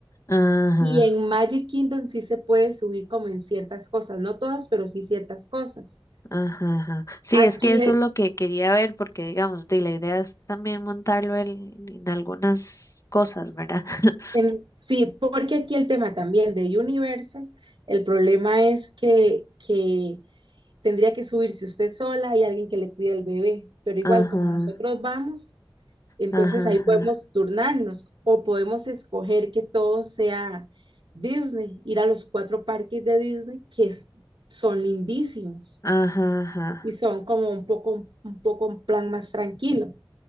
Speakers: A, on the left (about 35°); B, on the right (about 65°).
A: Ajá,
B: Y en Magic Kingdom sí se puede subir como en ciertas cosas, no todas, pero sí ciertas cosas.
A: ajá, ajá. Sí,
B: Aquí,
A: es que eso
B: eh,
A: es lo que quería ver, porque digamos, de la idea es también montarlo en, en algunas cosas, ¿verdad? <laughs>
B: en- sí, porque aquí el tema también de Universal, el problema es que, que tendría que subirse usted sola y alguien que le cuide el bebé, pero igual
A: Ajá,
B: como nosotros vamos, entonces
A: ajá,
B: ahí podemos
A: ajá,
B: turnarnos o podemos escoger que todo sea Disney, ir a los cuatro parques de Disney que es- son lindísimos
A: ajá, ajá.
B: y son como un poco, un poco un plan más tranquilo.